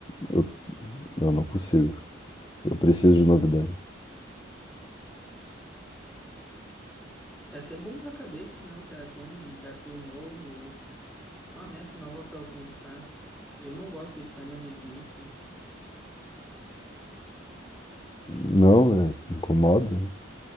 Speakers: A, on the left; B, in the centre.
A: Eu, eu não consigo. Eu preciso de novidade.
B: É até bom pra cabeça, né? O cara ter um desafio novo, uma meta nova pra alcançar. Eu não gosto de ficar na mesmice.
A: Não, né? Incomoda.